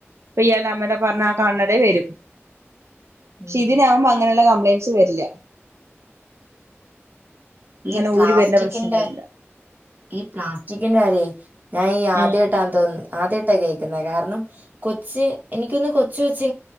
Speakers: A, on the right; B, on the right.
A: അപ്പൊ ഇയാളുടെ അമ്മടെ പറഞ്ഞാ ആ കണ്ണടെ വരും. പക്ഷെ
B: ഉം
A: ഇതിനാവുമ്പോ അങ്ങനുള്ള കംപ്ലയിൻറ്സ് വരില്ല. ഇങ്ങനെ
B: ഈ പ്ലാസ്റ്റിക്കിന്റെ
A: ഊരിവരുന്ന പ്രശ്ണം വരില്ല.
B: ഈ പ്ലാസ്റ്റിക്കിന്റെ കാര്യേ ഞാൻ ഈ ആദ്യമായിട്ടാ
A: ഉം
B: തോന്ന ആദ്യമായിട്ടാണ് കേക്കുന്നത് കാരണം കൊച്ച് എനിക്കൊന്ന് കൊച്ച വെച്ച്